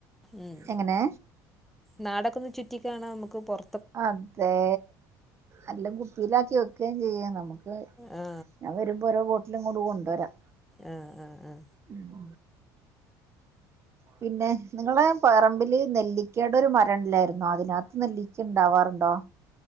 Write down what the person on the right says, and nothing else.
എങ്ങനെ
അതെ എല്ലാം കുപ്പിയിലാക്കി വെക്കയും ചെയ്യാം നമുക്ക്
ഞാൻ വരുമ്പോ ഓരോ എല്ലാം ങ്ങട് കൊണ്ടുവരാം
ഉം <inaudible> പിന്നെ നിങ്ങളെ പറമ്പില് നെല്ലിക്കേടൊരു മരം ഇല്ലെർന്നോ അതിനകത്ത് നെല്ലിക്കണ്ടാവാറ്ണ്ടോ